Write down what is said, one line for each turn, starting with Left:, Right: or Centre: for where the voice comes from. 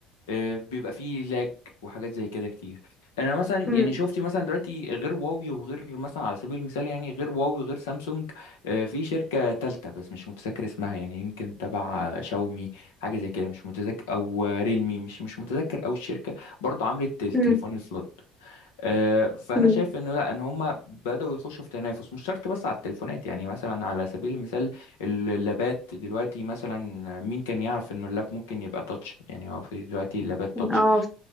Left: آه، بيبقى فيه لاج وحاجات زي كده كتير يعني انا مثلا
Centre: امم
Left: يعني شفتي مثلا دلوقتي غير هواوي وغير مثلا على سبيل المثال يعني غير هواوي وغير سامسونج آه، في شركة تالتة بس مش متذكر اسمها يعني يمكن تبع شاومي حاجة زي كده مش متذكر او ريلمي مش مش متذكر او الشركة برضه عملت التليفون
Centre: امم
Left: الفلوت آه، فانا
Centre: أمم.
Left: شايف انه لا ان هم بداوا يخشوا في تنافس مش شرط بس على التليفونات يعني مثلا على سبيل المثال اللابات دلوقتي مثلا مين كان يعرف انه اللاب ممكن يبقى تاتش يعني هو في دلوقتي اللابات تاتش
Centre: اه